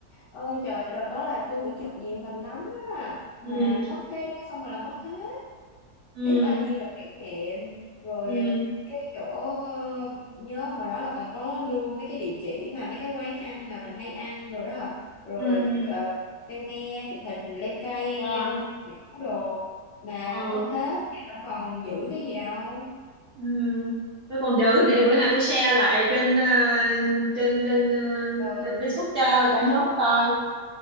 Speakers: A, on the left; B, on the right.
A: Ơi trời, đợt đó là tôi cũng chụp nhiều hình lắm á. Mà
B: ừ
A: mất cái đó xong rồi là mất hết.
B: ừ
A: biết bao nhiêu là kỷ niệm rồi
B: ừ
A: ờ, cái chỗ ờ, nhớ hồi đó là còn có lưu mấy cái địa chỉ mà mấy cái quán ăn mà mình hay ăn đồ đó rồi
B: ừ ừ
A: ờ, cây me chụp hình leo cây
B: ờ
A: leo kiểu đồ mà
B: ờ
A: mất hết giờ đâu còn giữ cái gì đâu
B: ừ tôi còn giữ để bữa nào tôi share lại trên ờ, trên trên ờ,
A: ừ
B: trên Facebook cho
A: em
B: cả nhóm coi